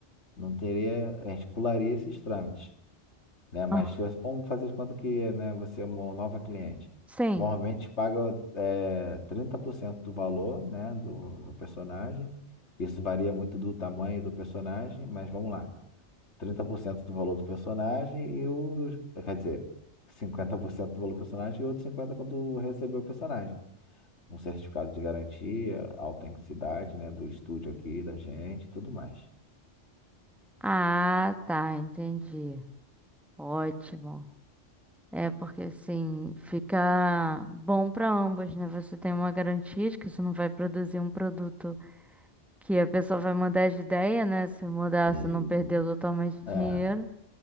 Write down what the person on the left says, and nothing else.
não teria, a gente pularia esses trâmites, né? Mas
se você- vamos fazer de conta que, né, você é uma nova cliente.
Normalmente paga é, 30% do valor, né, do, do personagem. Isso varia muito do tamanho do personagem, mas vamos lá. trinta por cento do valor do personagem e os quer dizer, 50% do valor do personagem e outros 50% quando receber o personagem um certificado de garantia, autenticidade, né, do estúdio aqui, da gente, e tudo mais.
Hum,
É,